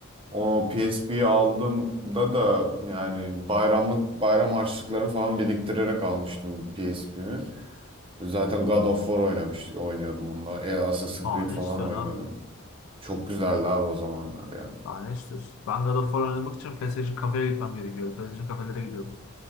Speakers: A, on the right; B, on the left.
A: O PSP'yi aldığımda da yani bayramlık bayram harçlıklarını falan biriktirerek almıştım PSP'mi. Zaten God of War oynamış, oynuyordum onunla. E, Assassin's
B: Aa
A: Creed
B: ne
A: falan
B: istiyorsun
A: oynuyordum.
B: abi?
A: Çok güzeldi abi o zamanlar ya.
B: Daha ne istiyorsun? Ben God of War oynamak için PlayStation kafeye gitmem gerekiyordu. PlayStation kafelere gidiyordum.